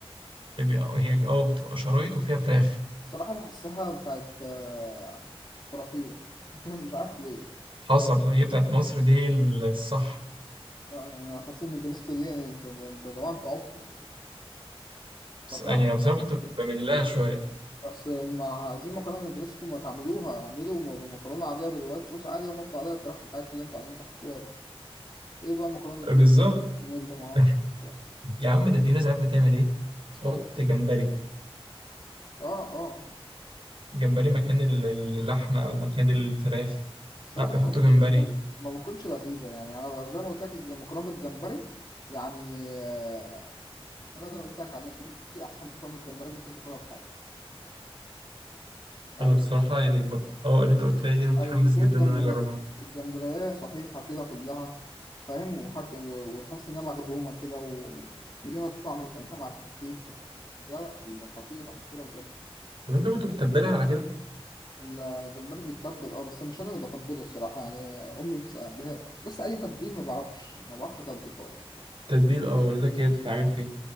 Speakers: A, on the right; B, on the left.
A: بي- هي اه بتبقى شرايط وفيها فراخ
B: الصراحة بحسها بتاعت آه، كرافير <laughs> مش عارف ليه
A: حصل هي بتاعت مصر دي هي الصح
B: آه، أنا أنا حاسس إن نجرسكو دي يعني أنتوا أنتوا يا جماعة أنتوا عبطوا
A: بس
B: بتاع-
A: يعني بس انا كنت بميل لها شويه
B: أصل ما عايزين مكرونة نجرسكو ما تعملوها اعملوا م- مكرونة عادية بالوايت صوص عادي وحطوا عليها الفراخ بتاعتكم اللي أنتوا عايزين تحطوها دي. ايه بقى مكرونه جريت
A: بالظبط
B: بشاميل ما اعرفش
A: <laughs>
B: ايه والكلام
A: يا عم ده في ناس عارف بتعمل ايه تحط
B: ده.
A: جمبري
B: اه اه
A: جمبري مكان ال- اللحمه او مكان الفراخ
B: الصراحه
A: لا بيحطوا
B: ما
A: جمبري
B: ما- ما بتكونش لذيذه يعني انا بقى زي ما قلت لك الج- المكرونه بالجمبري يعني آه، الطريقه اللي انا قلت لك عليها دي, دي احسن مكرونه بالجمبري ممكن تاكلها في حياتك يعني
A: انا
B: بيكون
A: بصراحه يعني ب... اه اللي انت قلت لي دي انا متحمس
B: ايوه بيكون
A: جدا
B: الجمبري
A: ان انا اجربها
B: الجمبريه صحيحه كده كلها فاهم وحد و- وتحس انها مخدومه كده و... وليها الطعم بتاعتها مع التسبيك لا لا خطيره خطيره بجد
A: طب انت كنت بتتبلها على كده
B: الجمبري بيتبل اه بس مش انا اللي بتبله الصراحه يعني امي بتسأل هي بص اي تتبيل ما بعرفش ما بعرفش اتبل خالص
A: تتبيل اه والدتك هي بتتعمل فيه